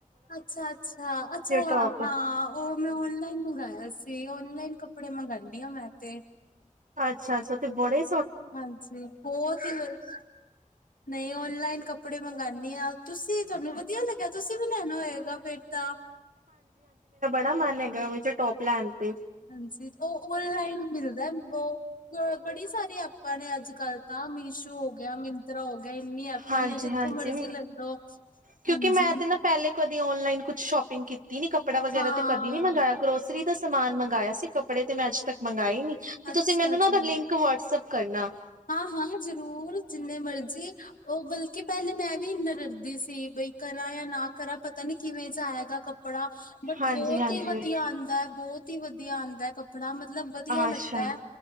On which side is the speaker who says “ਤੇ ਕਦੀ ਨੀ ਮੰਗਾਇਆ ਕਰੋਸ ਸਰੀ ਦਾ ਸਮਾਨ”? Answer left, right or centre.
Right